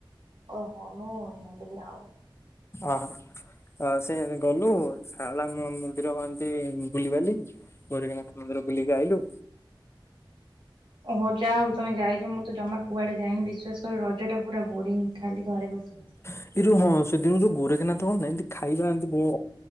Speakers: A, on the right (about 65°); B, on the left (about 30°).
A: ଓହୋ ମୁଁ ଭାବିଲି ଆଉ।
B: ଓହୋ! ଆଉ ସେ ଗଲୁ ସାରଳା ମ-ମନ୍ଦିର କନ୍ତି ବୁଲିବାଲି ଗୋରେଖନାଥ ମନ୍ଦିର ବୁଲିକି ଆଇଲୁ।
A: ଓହୋ ଯାହା ହଉ ତମେ ଯାଇଛ ମୁଁ ତ ଜମା କୁଆଡେ ଯାଇନି ବିଶ୍ୱାସ କର ରଜଟା ପୁରା ବୋରିଂ ଖାଲି ଘରେ ବସି ବସି ବସିକା
B: ଏଇ ଯୋଉ ହଁ ସେଦିନ ଯୋଉ ଗୋରେଖେନାଥ ହୋଉଥିଲା ଏମିତି ଖାଇବା ଏମିତି ବ